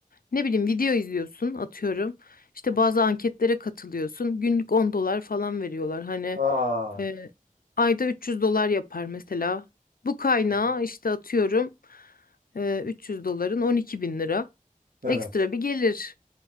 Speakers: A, on the left; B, on the right.
A: ne bileyim video izliyorsun atıyorum. İşte
B: Hı hı.
A: bazı anketlere katılıyorsun. Günlük 10 dolar falan veriyorlar. Hani
B: Aa.
A: e, ayda 300 dolar yapar mesela. Bu kaynağı
B: Hı hı.
A: işte atıyorum e, 300 doların 12 bin lira.
B: Evet.
A: Ekstra bir gelir.